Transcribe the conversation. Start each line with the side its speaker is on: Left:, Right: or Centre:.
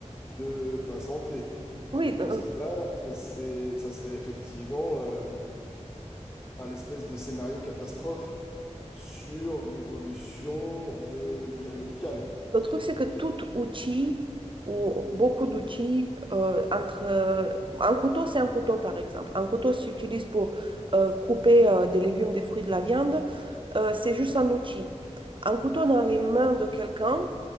Left: de ta santé.
Right: Oui,
Left: Et dans
Right: euh,
Left: ce cas-là, c'est, ça serait effectivement euh, un espèce de scénario catastrophe sur l'évolution de l'IA médicale.
Right: Le truc, c'est que tout outil ou beaucoup d'outils euh, entre un couteau, c'est un couteau par exemple. Un couteau s'utilise pour euh, couper euh, des légumes, des fruits, de la viande. Euh, c'est juste un outil. Un couteau dans les mains de quelqu'un